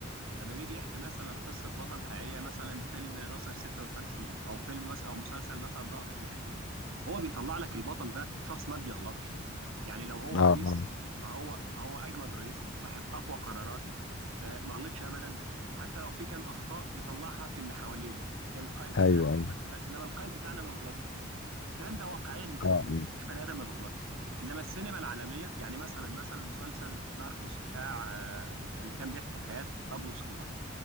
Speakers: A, on the right; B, on the left.
A: لما بيجي يحكي مثلا قصة بطل حقيقية مثلا فيلم ناصر 56 أو فيلم مثلا أو مسلسل مثلا رأفت الهجان هو بيطلع لك البطل ده شخص ما بيغلطش يعني لو هو
B: أه
A: رئيس
B: آه.
A: فهو فهو أجمد رئيس صاحب أقوى قرارات آه، ما غلطش أبدا حتى لو في كان أخطاء يطلعها في اللي حواليه القائد
B: أيوه
A: فلان القائد
B: أيوه
A: فلان إنما القائد بتاعنا ما بيغلطش الكلام ده واقعيا مش
B: أه آه.
A: موجود مش بني آدم ما بيغلطش إنما السينما العالمية يعني مثلا مثلا مسلسل ناركوس بتاع آه، اللي كان بيحكي حياة بابلو اسكوبار